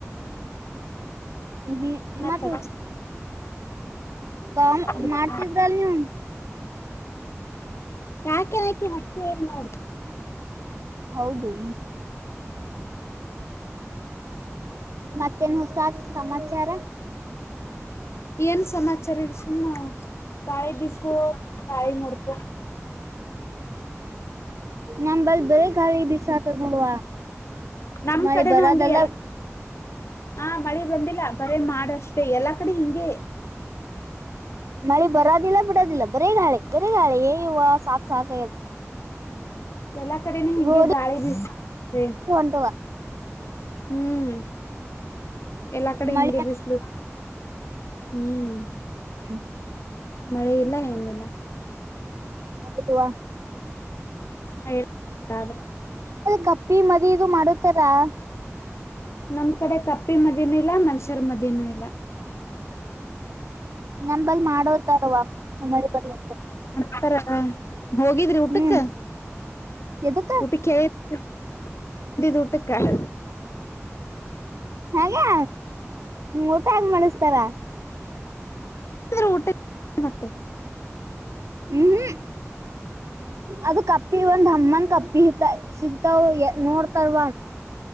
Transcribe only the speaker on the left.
ಮತ್ತ್
ಹಚ್ಚಿ
ಅದಕ್
ಯಾಕೆ ಯಾಕೆ ಹಷ್ಟು ಎಲ್ಲೋ
ಏನ್ ಸಮಾಚಾರ ಇಡ್ ಸು ಗಾಯಿ ಬಿಸ್ಕೋ ಗಾಯಿ ನೋಡ್ಕೋ
ನಮ್
ಕಡೆನುೂ
ಹಗೆ ಎಲ್ಲ ಹಾ ಮಳೆ ಬಂದಿಲ್ಲ ಬರ ಮಾಡಷ್ಟೆ ಎಲ್ಲಾ ಕಡೆ ಹಿಂಗಗೆ
ಎಲ್ಲಾ ಕಡೆನೆ ಹಿಗೆ
ಗಾಳಿ ಬ.
ಹ್ಮ್. ಎಲ್ಲಾ ಕಡೆ
ಹಿಗೆ ಬಿಸಲು ಹ್ಮ್.
ಮಳೆ ಇಲ್ಲ ಏನಿಲ್ಲ.
ಹೇಳಾದ್ರ <inaudible>
ನಮ್ ಕಡೆ ಕಪ್ಪಿ ಮದೀನೂ ಇಲ್ಲ ಮನ್ಸರ್ ಮದನೂ ಇಲ್ಲ.
ಹತರ ಹೋಗಿದ್ರಿ ಊಟಕ್ಕ.
ಹಟ್ಟಿಕ ಅಂದಿದಟ್ಟಕ <inaudible>
ಊಟ ಮತ್ತ <inaudible>